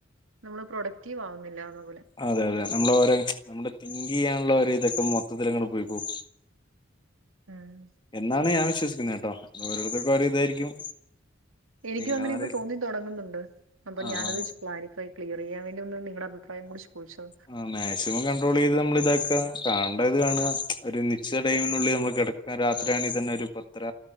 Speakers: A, on the right; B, on the left.
A: നമ്മള് പ്രൊഡക്റ്റീവ് ആവുന്നില്ലാന്ന്
B: ആഹ് അതെ അതെ നമ്മളെ ഓരോ നമ്മുടെ തിങ്ക് ചെയ്യാനുള്ളോവരെ ഇതൊക്കെ മൊത്തത്തിലങ്ങട് പോയി പോവും
A: ഉം
B: എന്നാണ് ഞാൻ വിശ്വസിക്കുന്നേ കേട്ടോ ഇനി ഓരോരുത്തക്ക് ഓരോ ഇതായിരിക്കും
A: എനിക്കും
B: എങ്ങനെയാന്ന്
A: അങ്ങനെ ഇപ്പോ
B: അറിയില്ല
A: തോന്നി തുടങ്ങുന്നുണ്ട് അപ്പൊ
B: ആഹ്
A: ഞാനത്
B: ആഹ്
A: ക്ലാരിഫൈ ക്ലിയർ ചെയ്യാൻ വേണ്ടി ഒന്ന് നിങ്ങളുടെ അഭി പ്രായം കൂടി ചോയിച്ചതാ
B: ആഹ് മാക്സിമം കൺട്രോൾ ചെയ്ത് നമ്മള് ഇതാക്കുക കാണണ്ടത് കാണുക ഒരു നിശ്ചിത ടൈമിനുള്ളിൽ നമ്മൾ കിട ക്കുക രാത്രിയാണെതന്നെ ഒരു പത്തര